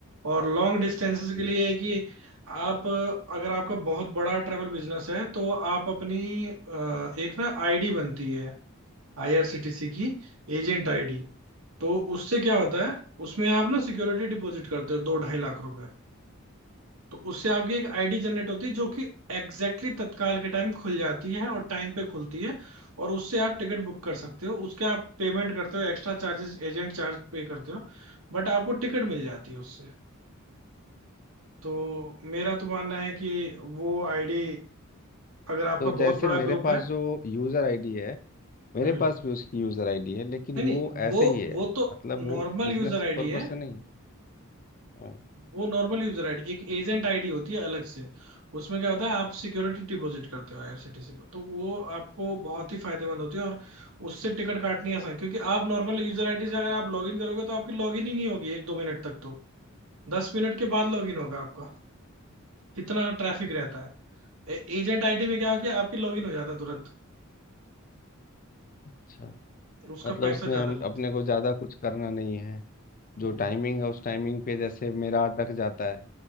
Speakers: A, on the right; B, on the left.
A: और लॉन्ग डिस्टेंसेस
B: जी
A: के लिए है कि आप अ, अगर आपका बहुत बड़ा ट्रैवल बिजनेस है तो आप अपनी अ, एक ना आईडी बनती है आईआरसीटीसी की एजेंट आईडी तो उससे क्या होता है उसमें आप ना सिक्योरिटी डिपॉजिट करते हो दो ढाई लाख रुपए तो उससे आपकी एक आईडी जनरेट होती है जो कि एग्जैक्टली exactly तत्काल के टाइम खुल जाती है और टाइम पे खुलती है और उससे आप टिकट बुक कर सकते हो उसके आप पेमेंट करते हो extra charges agent charge pay करते हो बट आपको टिकट मिल जाती है उससे तो मेरा तो मानना है कि वो आईडी अगर आपका
B: तो
A: बहुत
B: जैसे
A: बड़ा
B: मेरे
A: ग्रुप
B: पास
A: है
B: जो यूज़र आईडी है मेरे
A: हम्म
B: पास भी उसकी यूज़र आईडी है लेकिन
A: नहीं
B: वो
A: नहीं वो
B: ऐसे ही है
A: वो तो
B: मतलब वो
A: नॉर्मल
B: बिजनेस
A: यूजर आईडी
B: पर्पज
A: है
B: से नहीं हाँ,
A: वो नॉर्मल यूजर आईडी एक एजेंट आईडी होती है अलग से उसमें क्या होता है आप सिक्योरिटी डिपॉजिट करते हो आईआरसीटीसी को तो वो आपको बहुत ही फायदेमंद होती है और उससे टिकट काटनी आसान है, क्योंकि आप नॉर्मल यूजर आईडी से अगर आप लॉगिन करोगे तो आपकी लॉगिन ही नहीं होगी एक दो मिनट तक तो दस मिनट के बाद लॉगिन होगा आपका इतना ट्रैफिक रहता है एजेंट आईडी में क्या हो गया आपकी लॉगिन हो जाता है तुरंत
B: अच्छा
A: तो उसका
B: मतलब
A: पैसा
B: उसमें
A: ज्यादा
B: हम
A: लगता
B: अपने को ज़्यादा कुछ करना नहीं है जो
A: है हम्म
B: टाइमिंग है उस टाइमिंग पे जैसे मेरा अटक जाता है